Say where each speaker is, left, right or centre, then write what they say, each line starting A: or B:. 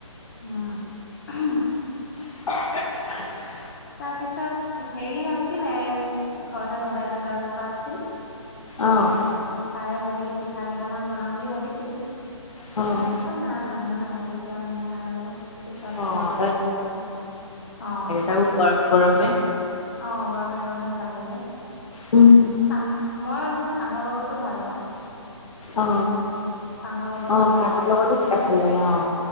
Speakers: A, on the left; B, on the left.
A: উম হ
B: <unintelligible>
A: তাৰপিছত হেৰি আছিলে এই ঘৰতে ভেদাইলতা এজোপা আছিল।
B: অ।
A: তাৰে ভাবিলো পিঠা কেইটামান বনাম বুলি ভাবিছিলোঁ,
B: অ',
A: তাৰ পি ছত নাই মানুহ নাই যেতিয়া মানে আৰু পিছত
B: অ',
A: বনাম বোলো আৰু অ।
B: প <unintelligible> গৰমে
A: অ গৰমে গৰমে ভাল লাগে,
B: উম।
A: এ চাহ মই মানে চাহৰ লগতো ভাল পাওঁ।
B: অ
A: চাহৰ লগতো
B: অ
A: ভাল
B: চাহৰ
A: লাগে
B: লগতো খাই ভাল লাগে অ,